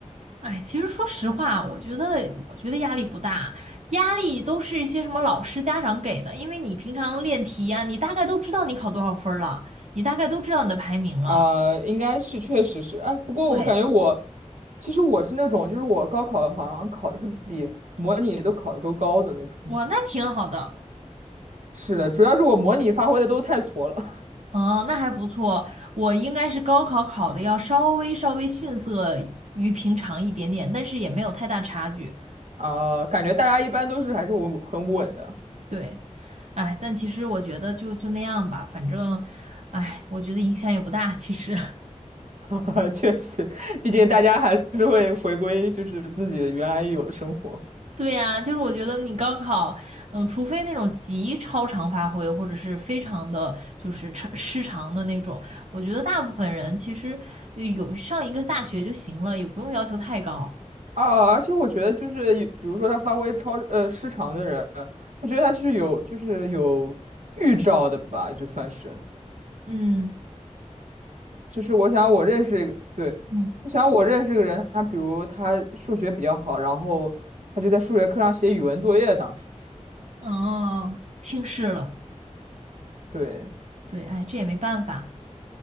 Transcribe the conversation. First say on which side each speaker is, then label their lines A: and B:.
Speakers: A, on the right; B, on the right.
A: 哎，其实说实话，我觉得我觉得压力不大，压力都是一些什么老师、家长给的，因为你平常练题呀、你大概都知道你考多少分儿了，你大概都知道你的排名了。
B: 啊，应该是确实是，哎，不过我感觉我
A: 对，
B: 其实我是那种，就是我高考好像考的是比模拟都考的都高的那种。
A: 哇，那挺好的，
B: 是的，主要是我模拟发挥的都太挫了
A: 哦，那还不错。我应该是高考考的要稍微稍微逊色于平常一点点，但是也没有太大差距。
B: 啊，感觉大家一般都是还是稳很稳的，
A: 对，哎，但其实我觉得就就那样吧，反正，哎，我觉得影响也不大，其实。<laughs>
B: <laughs> 确实，毕竟大家还是会回归就是自己原来有的生活。
A: 对呀，就是我觉得你高考，嗯，除非那种极超常发挥，或者是非常的就是超失常的那种，我觉得大部分人其实呃有上一个大学就行了，也不用要求太高。
B: 啊，而且我觉得就是有比如说他发挥超呃失常的人，我觉得他是有就是有预兆的吧，就算是，
A: 嗯
B: 就是我想我认识一个，对，
A: 嗯，
B: 我想我认识一个人，他比如他数学比较好，然后他就在数学课上写语文作业，当时，
A: 哦，轻视了，
B: 对，
A: 对，哎，这也没办法。